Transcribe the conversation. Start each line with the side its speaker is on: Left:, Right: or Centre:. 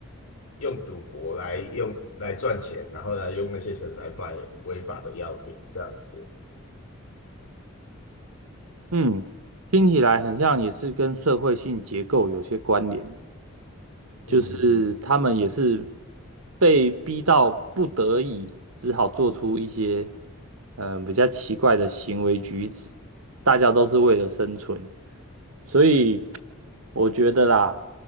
Left: 用赌博来用来赚钱，然后来用那些钱来卖违法的药品，这样子。
Right: 嗯，听起来很像也是跟社会性结构有些关联。
Left: 嗯，
Right: 就是他们也是被逼到不得已，只好做出一些嗯、呃比较奇怪的行为举止。大家都是为了生存，所以我觉得啦，